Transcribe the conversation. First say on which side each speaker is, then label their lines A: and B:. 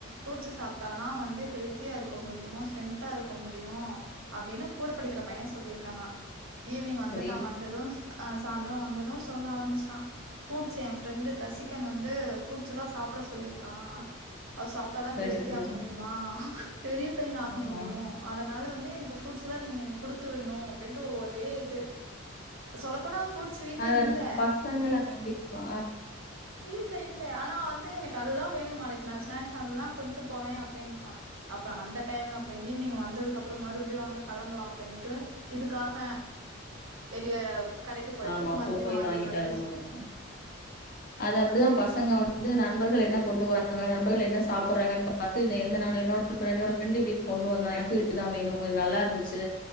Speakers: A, on the right (about 85°); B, on the left (about 45°).
A: புருட்ஸ்சு சாப்ட்டாதா வந்து ஹெல்த்தியா இருக்க முடியு ஸ்ட்ரெந்தா இருக்க முடியு அப்டின்னு கூடப் படிக்கிற பைய சொல்லியிருக்கானா ஈவி்னிங் வந்துட்டா
B: சரி
A: வந்தது அ சாயந்தர வந்தது சொல்ல ஆரம்பிச்சுட்டா ஃப்ரூட்ஸ் ஏ ஃப்ரெண்டு தசிகன் வந்து ஃப்ரூட்ஸ் தா சாப்ட சொல்லியிருக்கா அ சாப்ட்டாதா
B: சரி
A: ஹெல்தியா
B: சரி
A: இருக்க
B: சரி.
A: முடியுமா பெரிய பையன ஆக
B: ஆமா
A: முடியு அதனால வந்து எனக்கு ஃப்ரூட்ஸ்ல நீங்க எனக்கு குடுத்துவிணு அப்டின்ட்டு ஒரே இது சொல்லப்போனா ஃப்ரூட்ஸ் வீட்ல
B: அது
A: இல்ல
B: அந்த பசங்கள கண்டிப்பா
A: வீட்டு்ல இல்ல ஆனா வந்து எனக்கு அதுதா வேணு நாளைக்கு நா ஸ்நாக்ஸ் அதுதா கொண்ட்டு போவே அப்டின்ட்டா அப்புற அந்த டைம்ல அப்புற ஈவினங் வந்ததுக்குப்புற மறுபடி வாங்க கிளம்பலாம் அப்டினுட்டு இதுக்காக வெளிய கடைக்கு போயிட்டு
B: ஆமா
A: மறுபடியும்
B: போய் வாங்கிட்டு
A: வந்து
B: வர மாரிதாங் அது அப்டிதா
A: அடேங்
B: பசங்க வந்து நண்பர்கள் என்ன கொண்டு வர அங்க நண்பர்கள் என்ன சாப்பிடுறாங்கன்னு பாத்து என்ன நானு என்னோட என்னோட ஃப்ரெண்ட் இப்டி கொண்டு வந்த எனக்கு இதுதா வேணு இது நல்லா இருந்துச்சு